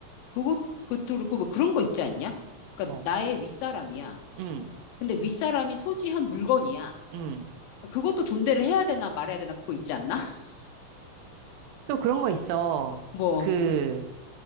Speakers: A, on the left; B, on the right.
A: 그것, 그것도 그렇고, 뭐 그런 거 있지 않냐? 그러니까
B: 뭐,
A: 나의 윗사람이야.
B: 음,
A: 근데 윗사람이 소지한 물건이야.
B: 음.
A: 그것도 존대를 해야 되나 말아야 되나 그거 있지 않나? <laughs>
B: 또 그런 거 있어.
A: 뭐,
B: 그,